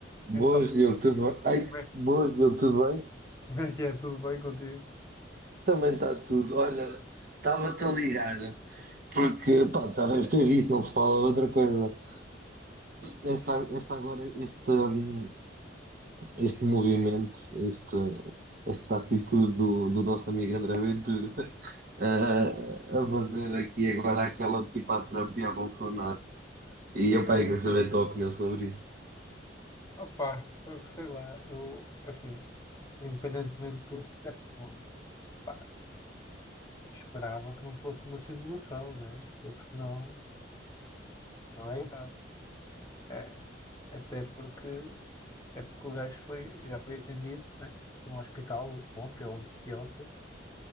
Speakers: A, on the right; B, on the left.
A: Boas,
B: Então,
A: Diogo, tudo bem? Ai,
B: como é
A: boas, Diogo, tudo bem?
B: como é que é? Tudo bem contigo?
A: Também está tudo. Olha, estava-te a ligar, porque, pá, já deves ter visto, não se fala de outra coisa. Esta, esta agora, este, hum, este movimento, este, esta atitude do, do nosso amigo André Ventura, <laughs> eh, a fazer aqui agora aquela tipo à Trump e à Bolsonaro. E, pá, eu quero saber a tua opinião sobre isso.
B: Opa, sei lá, eu, assim, independentemente de tudo, espero que não- pá, esperava que não fosse uma simulação, né? Porque senão, não é grave. É, até porque, até porque o gajo foi, já foi atendido, né? No hospital ontem ou anteontem,